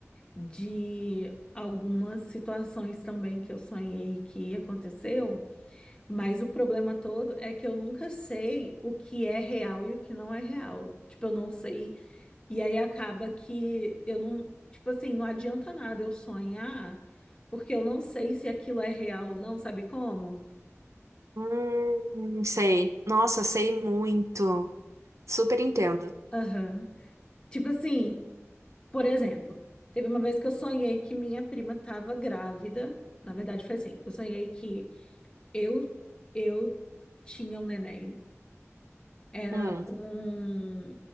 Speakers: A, on the left; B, on the right.
A: de algumas situações também que eu sonhei que aconteceu, mas o problema todo é que eu nunca sei o que é real e o que não é real. Tipo, eu não sei. E aí acaba que eu não, tipo assim, não adianta nada eu sonhar, porque eu não sei se aquilo é real ou não, sabe como?
B: Hum, sei. Nossa, sei muito. Super entendo.
A: Aham. Tipo assim, por exemplo, teve uma vez que eu sonhei que minha prima tava grávida. Na verdade, foi assim, eu sonhei que Eu, eu tinha um neném, era
B: Hum,
A: um,